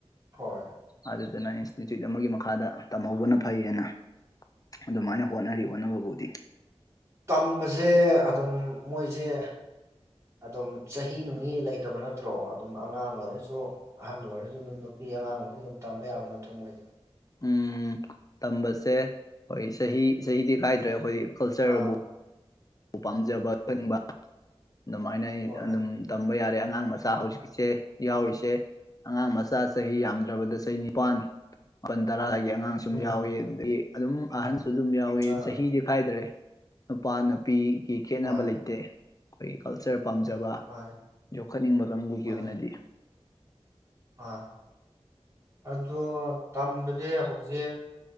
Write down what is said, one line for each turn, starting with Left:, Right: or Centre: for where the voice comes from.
Right: ꯍꯣꯏ
Left: ꯑꯗꯨꯗꯨꯅ ꯏꯟꯁꯇꯤꯇ꯭ꯌꯨꯠ ꯑꯃꯒꯤ ꯃꯈꯥꯗ ꯇꯝꯍꯧꯕꯅ ꯐꯩꯑꯅ ꯑꯗꯨꯃꯥꯏꯅ ꯍꯣꯠꯅꯔꯤ ꯍꯣꯠꯅꯕꯕꯨꯗꯤ
Right: ꯇꯝꯕꯁꯦ ꯑꯗꯨꯝ ꯃꯣꯏꯁꯦ ꯑꯗꯨꯝ ꯆꯍꯤ ꯅꯨꯡꯅꯤ ꯂꯩꯇꯕ ꯅꯠꯇ꯭ꯔꯣ ꯑꯗꯨꯝ ꯑꯉꯥꯡ ꯑꯣꯏꯔꯁꯨ ꯑꯍꯜ ꯑꯣꯏꯔꯁꯨ ꯑꯗꯨꯝ ꯅꯨꯄꯤ ꯑꯉꯥꯡ ꯑꯣꯏꯏꯁꯨ ꯑꯗꯨꯝ ꯇꯝꯕ ꯌꯥꯕ ꯅꯠꯇ꯭ꯔꯣ ꯃꯣꯏ
Left: ꯎꯝ ꯇꯝꯕꯁꯦ ꯑꯩꯈꯣꯏ ꯆꯍꯤ ꯆꯍꯤꯗꯤ ꯈꯥꯏꯗ꯭ꯔꯦ ꯑꯩꯈꯣꯏ ꯀꯜꯆꯔꯕꯨ
Right: ꯑꯥ
Left: ꯝꯄꯥꯝꯖꯕ <unintelligible> ꯑꯗꯨꯃꯥꯏꯅ
Right: ꯍꯣꯏ
Left: ꯑꯗꯨꯝ ꯇꯝꯕ ꯌꯥꯔꯦ ꯑꯉꯥꯡ ꯃꯆꯥ ꯍꯧꯖꯤꯛꯁꯦ ꯌꯥꯎꯔꯤꯁꯦ ꯑꯉꯥꯡ ꯃꯆꯥ ꯆꯍꯤ ꯌꯥꯝꯗ꯭ꯔꯕꯗ ꯆꯍꯤ ꯅꯤꯄꯥꯥꯟ ꯃꯥꯄꯜ ꯇꯔꯥ ꯍꯥꯏꯒꯤ ꯑꯉꯥꯡ ꯁꯨꯝ
Right: ꯎꯝ
Left: ꯌꯥꯎꯏ ꯑꯗꯨꯗꯒꯤ ꯑꯗꯨꯝ ꯑꯍꯟꯁꯨ ꯑꯗꯨꯝ ꯌꯥꯎꯋꯤ
Right: ꯑꯥ
Left: ꯆꯍꯤꯗꯤ ꯈꯥꯏꯗꯔꯦ ꯅꯨꯄꯥ ꯅꯨ ꯅꯨꯄꯤꯒꯤ ꯈꯦꯠꯅꯕ
Right: ꯍꯣꯏ
Left: ꯂꯩꯇꯦ ꯑꯩꯈꯣꯏꯒꯤ ꯀꯜꯆꯔ ꯄꯥꯝꯖꯕ
Right: ꯃꯥꯅꯤ
Left: ꯌꯣꯛꯈꯠꯅꯤꯡꯕ ꯀꯥꯡꯕꯨꯒꯤ
Right: ꯃꯥꯅꯤ
Left: ꯑꯣꯏꯅꯗꯤ
Right: ꯑꯥ ꯑꯗꯣ ꯇꯝꯕꯖꯦ ꯍꯧꯖꯤꯛ